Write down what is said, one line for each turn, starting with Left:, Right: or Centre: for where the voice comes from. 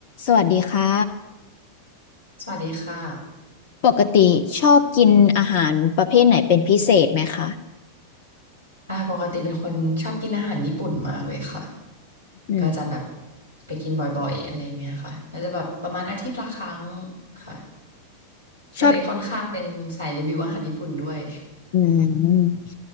Left: สวัสดีค่ะ
Right: สวัสดีค่ะ
Left: ปกติชอบกินอาหารประเภทไหนเป็นพิเศษไหมคะ
Right: อ่าปกติเป็นคนชอบกินอาหารญี่ปุ่นมากเลยค่ะ
Left: อืม
Right: ก็จะแบบไปกินบ่อยๆอะไรเงี้ยค่ะน่าจะแบบประมาณอาทิตย์ละครั้งค่ะก็เลยค่อนข้างเป็นสายรีวิวอาหารญี่ปุ่นด้วย
Left: ชอบอืม